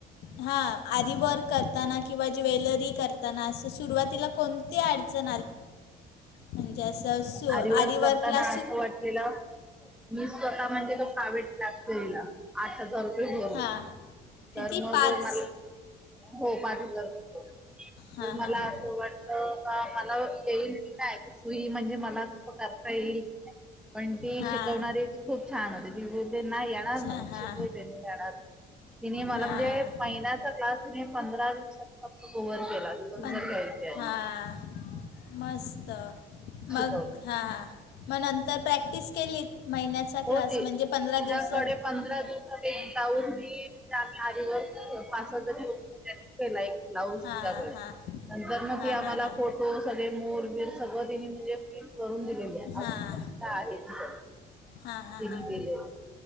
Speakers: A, on the left (about 75°); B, in the centre.
A: हा आधी वर्क करताना किंवा ज्वेलरी करताना असं सुरुवातीला कोणतेड हो म्हणजे अस आ
B: आरीवर्क
A: कला
B: करताना वाटलेलं मी स्वतः म्हणजे तो सावीट लागतोयला. आठ हजार रुपये भरून
A: हां किती
B: तर मग
A: पाच
B: मला हो पाच हजार रुये
A: हां
B: तर मला
A: हां हां
B: असं वाटत. मला येईल की नाही सुई म्हणजे मला करता येईल की नाही. पण ती
A: हां
B: शिकवणारी खूप छान होती ती नाही येणार
A: अच्छा
B: नाही
A: हां
B: शिकवते म येणार. तिने मला
A: हां
B: म्हणजे महिन्याचा क्लास तिने पंधरा दिवसां कोव्हर केला
A: पण
B: हो.
A: हां मस्त मग
B: <inaudible>
A: हां मग नंतर प्रॅक्टिस केलीत महिन्याचा
B: हो
A: क्लास
B: ती
A: म्हणजे पंधरा
B: तिच्याकडे
A: दिवसात.
B: पंधरा दिवसात एक ब्लाऊज मी आम्ही आजवर पासाच घे नी केला एक ब्लाऊज
A: हां
B: तिच्याकडे
A: हां
B: नंतर मग
A: हां
B: ती आम्हाला
A: हां हां
B: फोटो सग मोरबर सगळ तिने म्हणजे प्रिंट करून दि अजून
A: हां
B: पर्यंत आहे ती
A: हां हां हां
B: ग,